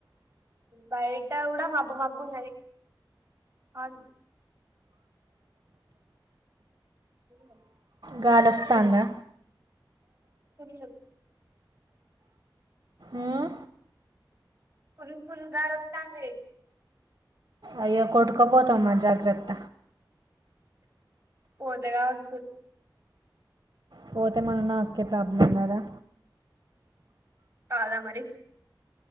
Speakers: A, on the right; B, on the right.
A: బయట కూడా మబ్బు మబ్బు ఉన్నది హ <inaudible> ఏ
B: గాలి వస్తుందా
A: సర <unintelligible>
B: మ్మ్.
A: ఫుల్ ఫుల్ గా వస్తుంది
B: అయ్యో కొట్టుకో పోతావు మరి జాగ్రత్త
A: పోతే కావచ్చ
B: పోతే మరి నాకే ప్రాబ్లమ్ కదా
A: కాదా మరి